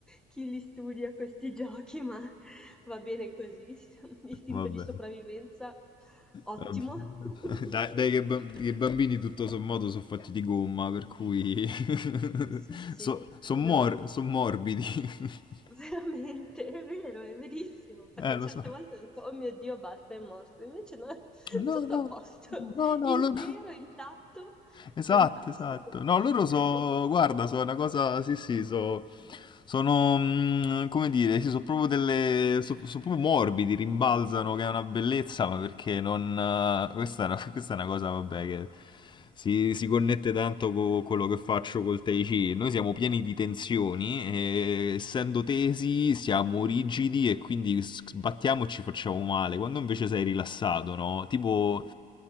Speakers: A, in the centre; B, on the left.
A: chi li studia questi giochi, ma va bene così. <laughs> Istinto
B: Vabbè.
A: di sopravvivenza,
B: Vabbè.
A: ottimo. <laughs>
B: Dai, dai che bam- che i bambini tutto sommato sono fatti di gomma, per cui <laughs>
A: Sì, sì,
B: sono
A: no,
B: morbidi. <laughs>
A: <laughs> veramente, è vero, è verissimo, perché
B: Eh, lo
A: certe
B: so.
A: volte ho detto, oh mio Dio, basta, è morto, invece no, <laughs> tutto
B: No, no,
A: a posto,
B: no, no,
A: intero,
B: lo- no,
A: intatto,
B: Esatto,
A: fantastico.
B: esatto. No,
A: <laughs>
B: loro so, guarda, sono una cosa, sì, sì, so, sono, mm, come dire, sì, sono proprio delle, so- sono proprio morbidi, rimbalzano, che è una bellezza, ma perché non, eh, questa è una, <laughs> questa è una cosa, vabbè, che si, si connette tanto con quello che faccio col Tai Chi. Noi siamo pieni di tensioni e essendo tesi siamo rigidi e quindi sbattiamo e ci facciamo male, quando invece sei rilassato, no? Tipo,